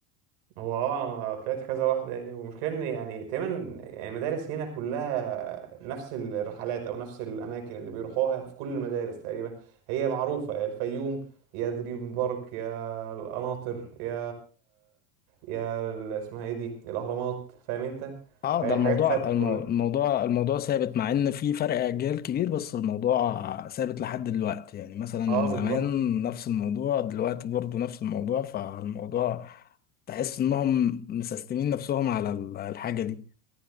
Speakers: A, on the right; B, on the left.
A: هو اه طلعت كذا واحدة يعني والمشكلة ان يعني تقريبا يعني مدارس هنا كلها نفس الرحلات او نفس الاماكن اللي بيروحوها في كل المدارس تقريبا هي معروفة يا الفيوم يا دريم بارك يا القناطر يا يا ال- اسمها ايه دي الاهرامات فاهم انت
B: اه
A: فهي
B: ده الموضوع
A: حاجات ثابتة
B: المو-
A: كلها
B: الموضوع الموضوع ثابت مع ان في فرق اجيال كبير بس الموضوع ثابت لحد دلوقتي يعني مثلا
A: اه بالظبط
B: زمان نفس الموضوع دلوقتي برضو نفس الموضوع فالموضوع تحس انهم مسستمين نفسهم على ال- الحاجة دي